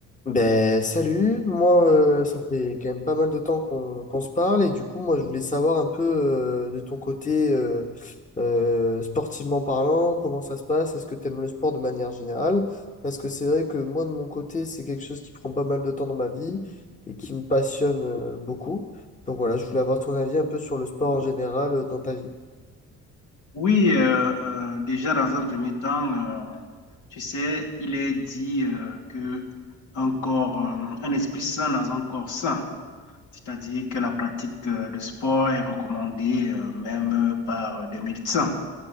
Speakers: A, on the left; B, on the left.
A: Ben salut, moi euh, ça fait quand même pas mal de temps qu'on qu'on se parle et du coup moi je voulais savoir un peu euh, de ton côté euh, euh, sportivement parlant, comment ça se passe, est-ce que tu aimes le sport de manière générale? Parce que c'est vrai que moi de mon côté c'est quelque chose qui prend pas mal de temps dans ma vie et qui me passionne euh, beaucoup. Donc voilà, je voulais avoir ton avis un peu sur le sport en général euh, dans ta vie.
B: Oui, euh, euh, déjà dans un premier temps, euh, tu sais, il est dit euh, que un corps, euh, un esprit sain dans un corps sain, c'est-à-dire que la pratique euh, de sport est recommandée euh, même euh, par des médecins.